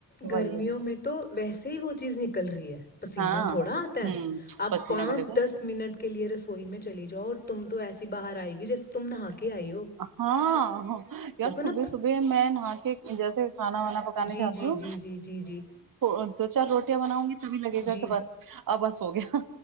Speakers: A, on the right; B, on the left.
A: وہی
B: گرمیوں
A: ہے
B: میں تو ویسے ہی وہ چیز نک <unintelligible> پسیینہ
A: ہاں
B: تھوڑا آتا
A: ہوں
B: ہے اب
A: پسینہ
B: پانچ
A: کا دیکھو
B: دس منٹ کے لیے رسوئی میں چلی جاؤ اور تم تو ایسی باہر آئے گی جیسے تم نہا کے آئی ہو
A: ہاں یار
B: دیکھو
A: صبح
B: نا
A: صبح میں نہا کے جیسے کھانا وانا پکانا
B: جی
A: چاہتا
B: جی
A: ہوں
B: جی جی جی جی
A: تو سوچا روٹیاں بناؤں گی <unintelligible>
B: جی
A: اب بس ہو گیا